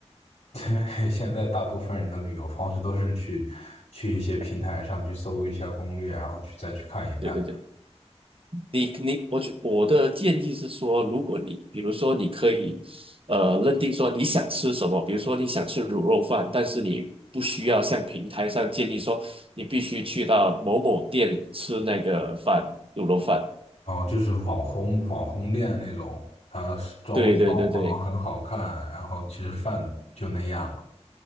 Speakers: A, on the left (about 75°); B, on the right (about 55°).
A: <laughs> 现在大部分人的旅游方式都是去去一些平台上去搜一下攻略，然后去再去看一看，
B: 对对对。你你，我觉我的建议是说，如果你比如说你可以，呃，认定说你想吃什么，比如说你想吃卤肉饭，但是你不需要像平台上建议说你必须去到某某店吃那个饭，卤肉饭。
A: 哦，就是网红网红店那种，它是装装潢很好看，
B: 对对对对
A: 然后其实饭就那样。